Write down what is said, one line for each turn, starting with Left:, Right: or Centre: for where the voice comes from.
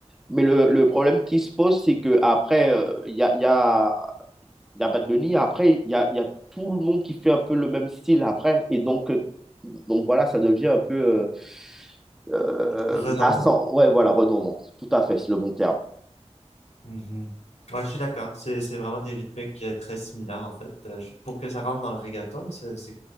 Centre: Mais le, le problème qui se pose, c'est que qu'après, il y a, il y a, il y a Bad Bunny, après, il y a, il y a tout le monde qui fait un peu le même style après. Et donc, euh, donc voilà, ça devient un peu... euh, euh,
Left: Redondant.
Centre: lassant. Ouais, voilà, redondant. Tout à fait, c'est le bon terme.
Left: Mhm. Ouais, je suis d'accord. C'est, c'est vraiment des rythmiques euh, très similaires, en fait. Euh, je- pour que ça rentre dans le reggaeton, c'est, c'est,